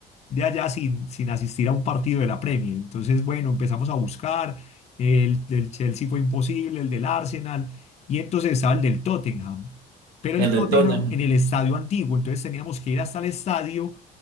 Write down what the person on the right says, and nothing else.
El de
Tottenham.